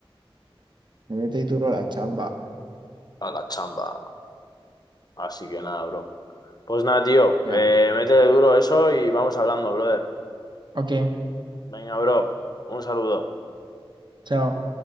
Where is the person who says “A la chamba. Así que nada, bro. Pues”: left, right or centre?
Left